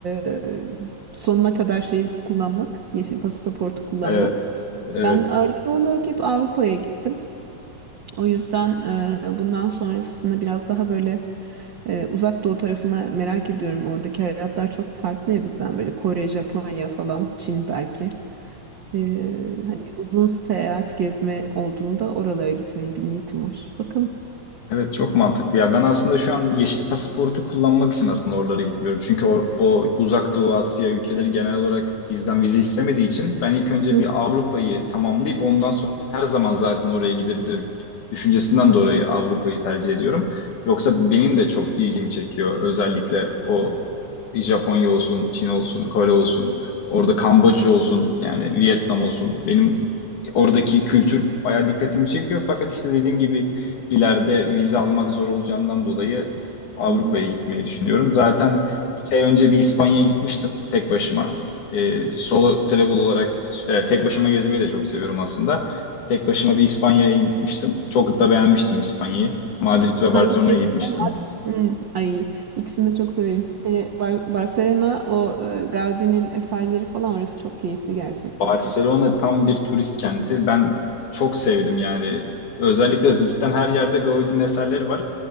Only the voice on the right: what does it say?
e, sonuna kadar şeyi kullanmak, yeşil pasaportu kullanmak.
Ben ağırlıklı olarak hep Avrupa'ya gittim. O yüzden e, bundan sonrasında biraz daha böyle e, uzak doğu tarafına merak ediyorum. Oradaki hayatlar çok farklı ya bizden böyle Kore, Japonya falan, Çin belki. Ee, hani uzun seyahat gezme olduğunda oralara gitmeye bir niyetim var. Bakalım.
Hı hı.
Hı hı.
Hangi
şehirde?
Mad Hmm, Ay ikisini de çok severim. Hele Bar- Barcelona o e, Gaudi'nin eserleri falan orası çok keyifli gerçekten.
ya.